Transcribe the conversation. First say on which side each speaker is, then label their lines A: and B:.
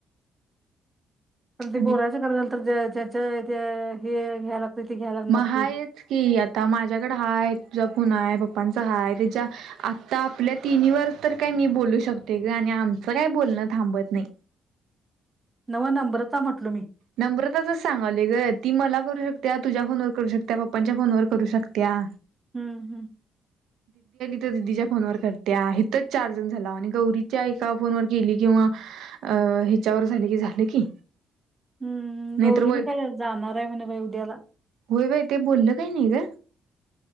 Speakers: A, on the right; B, on the right.
A: पण ते
B: आणि
A: बोलायचं करायचं झालं तर ज्याच्या हे घ्यायला. ते घ्यायला लागणार
B: म हायच
A: की
B: की आता माझ्याकड हाय तूझ्या फोन हाय पापांच हाय तेच्या आत्ता आपल्या तिन्हीवर तर काय मी बोलू शकते ग आणि आमच काय. बोलणं थांबत नाही.
A: नव्ह नब्रता म्हटलो मी
B: नब्रताच सांगायलोय ग ती मला करू शकत्या तुझ्या फोनवर करू शकत्या पप्पांच्या फोनवर करू शकत्या
A: हम हम
B: दीदीच्या फोनवर करत्या हिताचं चारजण झालो आणि गौरीच्या एका फोनवर केली किंवा हीच्यावर झाली की झालं की
A: हम्म
B: नाही
A: गौरी
B: तर होय.
A: बी काय जाणार आहे म्हणे बाई उद्याला.
B: होय बाई ते बोललं काय नाही ग